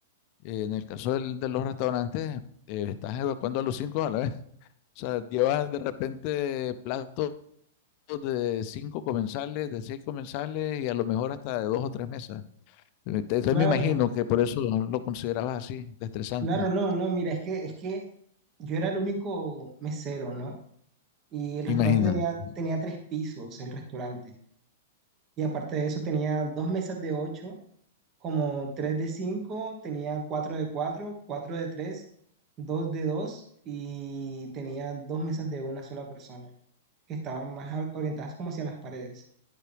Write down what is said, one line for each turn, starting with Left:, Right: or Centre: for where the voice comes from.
Left: Eh, en el caso del- de los restaurantes, eh, estás evacuando a los cinco a la vez. O sea, llevas de repente platos de cinco comensales, de seis comensales y a lo mejor hasta de dos o tres mesas. Entonces
Right: Claro,
Left: me imagino que por eso lo considerabas así, de estresante.
Right: claro, no, no, mira, es que, es que yo era el único mesero, ¿no? Y el restaurante
Left: Imagínate.
Right: tenía, tenía tres pisos, el restaurante. Y aparte de eso, tenía dos mesas de ocho, como tres de cinco, tenía cuatro de cuatro, cuatro de tres, dos de dos, y tenía dos mesas de una sola persona, que estaban más a- orientadas como hacia las paredes.